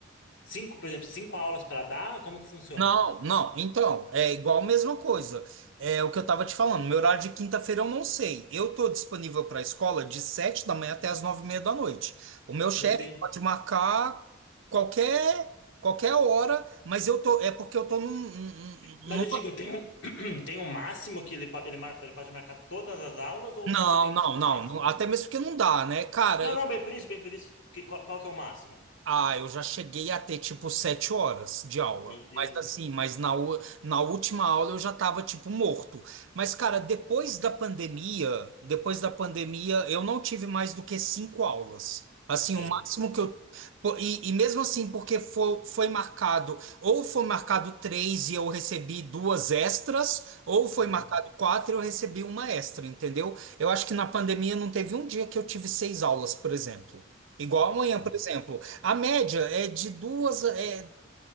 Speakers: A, on the left; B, on the right.
A: Cinco, por exemplo, cinco aulas para dar? Como que funciona?
B: Não, não. Então, é igual a mesma coisa. É o que eu estava te falando. Meu horário de quinta-feira eu não sei. Eu tô disponível para a escola de sete da manhã até as nove e meia da noite. O meu chefe
A: Meu Deus.
B: pode marcar qualquer qualquer hora, mas eu tô é porque eu tô num, num-
A: Mas
B: num-
A: eu digo, tem um, <clears throat> tem um máximo que ele, pa- ele, mar- ele pode marcar todas as aulas ou
B: não,
A: você tem
B: não,
A: tipo um
B: não,
A: máximo?
B: não. Até mesmo porque não dá, né, cara?
A: Não, não, bem por isso, bem por isso. Que- qual, qual que é o máximo?
B: Ah, eu já cheguei a ter tipo sete horas de aula.
A: Meu Deus.
B: Mas assim, mas na, u- na última aula eu já tava tipo morto. Mas, cara, depois da pandemia, depois da pandemia, eu não tive mais do que cinco aulas. Assim,
A: Sim.
B: o máximo que eu. po- E, e mesmo assim, porque foi, foi marcado, ou foi marcado três e eu recebi duas extras, ou foi
A: Uhum.
B: marcado quatro e eu recebi uma extra, entendeu? Eu acho que na pandemia não teve um dia que eu tive seis aulas, por exemplo. Igual amanhã,
A: Sim,
B: por exemplo. A média é de duas, é,